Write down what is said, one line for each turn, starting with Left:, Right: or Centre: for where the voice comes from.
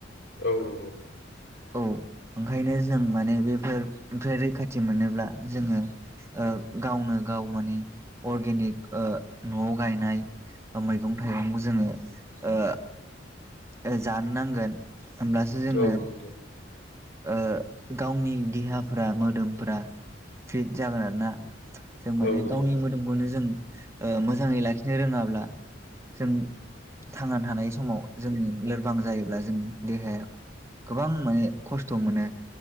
Left: औ नंगौ।
Right: औ ओंखायनो जों माने बेफोर ओमफ्राय रैखाथि मोनोब्ला। जोङो, ओ गावनो गाव माने अर्गेनिक ओ न'आव गायनाय मैगं थाइगंखौ जोङो ओ। ओ जानो नांगोन। ओमब्लासो जोङो।
Left: औ नंगौ
Right: ओ गावनि देहाफोरा मोदोमफ फिट जागोन आरोना। जों माने
Left: औ नंगौ
Right: गावनि मोदोमखौनो जों ओ मोजाङै लाखिनो रोङाब्ला जों थांना थानाय समाव जों लोरबां जायोब्ला जों देहाया गोबां माने। खस्थ' मोनो।